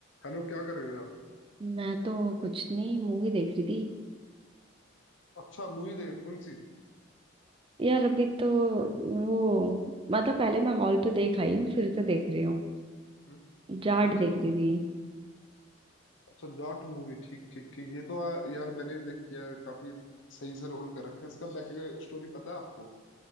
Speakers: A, on the left (about 70°); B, on the right (about 25°).
A: Hello क्या कर रहे हो यार
B: मैं तो कुछ नहीं मूवी देख रही थी
A: अच्छा मूवी देखे कौन सी
B: यार अभी तो वो मतलब पहले मैं हॉल पे देख आई हूँ फिर तो देख रही हूँ
A: हम्म,
B: जाट
A: कौन
B: देख
A: सी वाली
B: रही थी
A: अच्छा जाट मूवी ठीक ठीक ठीक ये तो आ, यार मैंने भी देखी है काफी सही से रोल कर रखा है इसका बैक स्टोरी पता है आपको